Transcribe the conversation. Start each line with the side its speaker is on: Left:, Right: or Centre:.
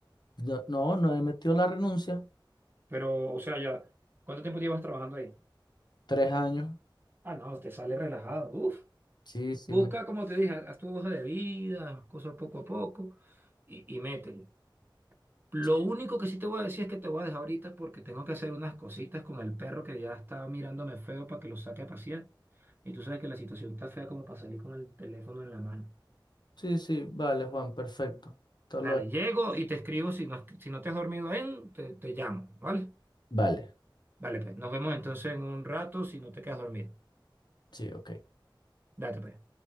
Left: No, no, no he metido la renuncia.
Right: Pero, o sea, ya, ¿cuánto tiempo llevas trabajando ahí?
Left: Tres años.
Right: Ah, no, te sale relajado. Uf.
Left: Sí, sí,
Right: Busca,
Left: me...
Right: como te dije, haz tu hoja de vida, cosas poco a poco y, y métele. Lo
Left: sí,
Right: único que sí te voy a decir es que te voy a dejar ahorita porque tengo que hacer unas cositas con el perro que ya está mirándome feo para que lo saque a pasear. Y tú sabes que la situación está fea como para salir con el teléfono en la mano.
Left: sí, sí, vale, Juan, perfecto. Hasta
Right: Dale,
Left: luego.
Right: llego y te escribo. Si no, si no te has dormido en, te, te llamo, ¿vale?
Left: Vale,
Right: Dale, pues. Nos vemos entonces en un rato si no te quedas dormido.
Left: sí, ok.
Right: Date, pues.